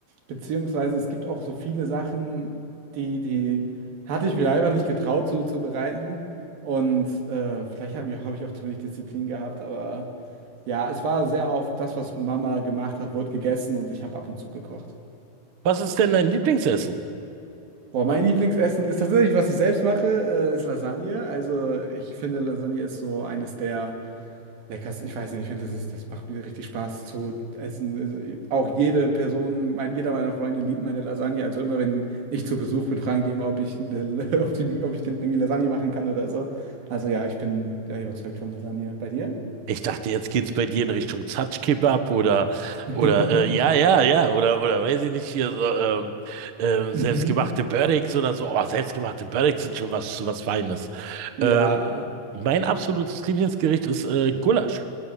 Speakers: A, on the right (about 75°); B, on the right (about 55°).
A: beziehungsweise es gibt auch so viele Sachen, die, die hatte ich mir einfach nicht getraut zuzubereiten und äh, vielleicht habe ich, hab ich auch zu wenig Disziplin gehabt, aber... Ja, es war sehr oft das, was Mama gemacht hat, wurde gegessen und ich habe ab und zu gekocht.
B: Was ist denn dein Lieblingsessen?
A: Boah, mein Lieblingsessen ist tatsächlich, was ich selbst mache, äh, ist Lasagne. Also ich finde, Lasagne ist so eines der leckersten. Ich weiß nicht, ich finde, das ist, das macht mir richtig Spaß zu essen. Also, ich- auch jede Person, mein, jeder meiner Freunde liebt meine Lasagne. Also immer, wenn ich zu Besuch bin, fragen die immer, ob ich, eine, <laughs> ob die, ob ich denn irgendwie Lasagne machen kann oder so. Also ja, ich bin ja überzeugt von Lasagne. Bei dir?
B: Ich dachte, jetzt geht's bei dir in Richtung Zatschkebab oder
A: <laughs>
B: oder äh, ja, ja, ja, oder oder weiß ich nicht, hier so ähm, ähm,
A: Mhm.
B: selbstgemachte Börricks oder so. Oh, selbstgemachte Börricks sind schon was was Feines.
A: Ja.
B: Ähm, mein absolutes Lieblingsgericht ist äh, Gulasch.